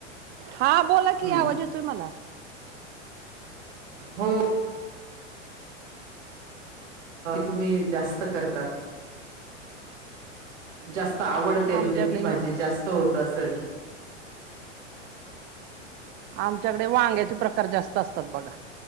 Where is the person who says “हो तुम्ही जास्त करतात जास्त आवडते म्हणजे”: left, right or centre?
Right